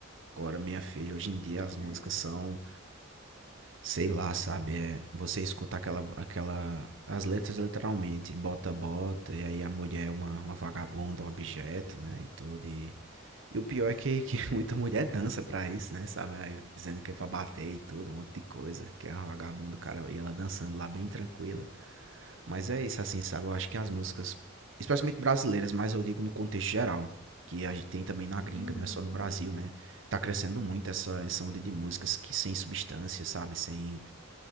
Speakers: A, on the right; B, on the left.
A: Agora, minha filha, hoje em dia
B: pois
A: as músicas
B: é.
A: são, sei lá, sabe? É, você escuta aquela, aquela, as letras literalmente, bota, bota, e aí a mulher é uma, uma vagabunda, um objeto, né? E tudo, e E o pior é que, que <laughs> muita mulher dança pra isso, né? Sabe? Aí, Dizendo que é pra bater e tudo, um monte de coisa. Que é uma vagabunda, cara. E ela dançando lá bem tranquila. Mas é isso, assim, sabe? Eu acho que as músicas, especialmente brasileiras, mas eu digo no contexto geral, que a gente tem também na gringa,
B: Hum,
A: não é só no Brasil, né? Tá crescendo muito essa, essa onda de músicas que sem substância, sabe? Sem